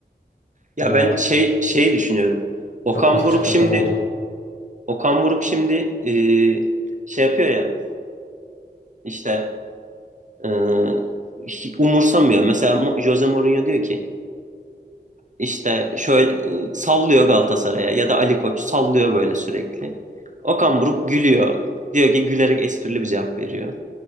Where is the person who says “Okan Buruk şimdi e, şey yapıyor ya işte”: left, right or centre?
Right